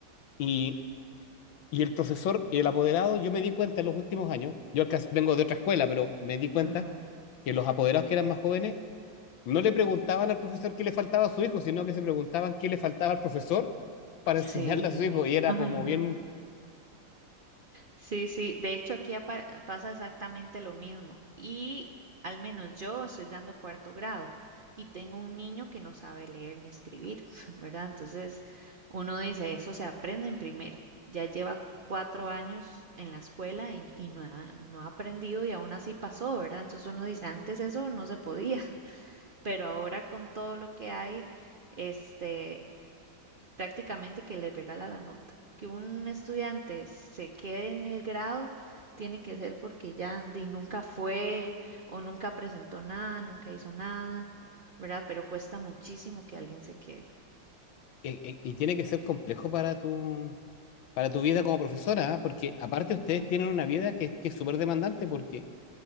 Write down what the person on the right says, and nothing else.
ajá.
Sí.
Ay,
no.
Sí, sí, de hecho aquí apa- pasa exactamente lo mismo y al menos yo estoy dando cuarto grado y tengo un niño que no sabe leer ni escribir, <laughs> ¿verdad? Entonces uno dice, eso se aprende en primero, ya lleva cuatro años en la escuela y, y no ha, no ha aprendido y aún así pasó, ¿verdad? Entonces uno dice, antes eso no se podía, <laughs> pero ahora con todo lo que hay, este, prácticamente que le regala la nota. Que un estudiante se quede en el grado tiene que ser porque ya di, nunca fue o nunca presentó nada, nunca hizo nada, ¿verdad? Pero cuesta muchísimo que alguien se quede.
Ujú,